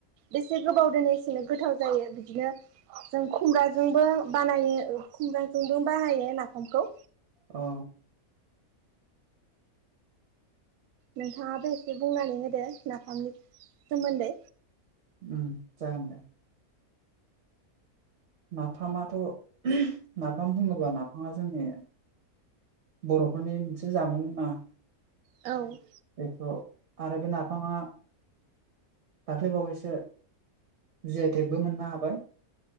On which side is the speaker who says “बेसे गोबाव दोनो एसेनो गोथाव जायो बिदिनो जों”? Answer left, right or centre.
Right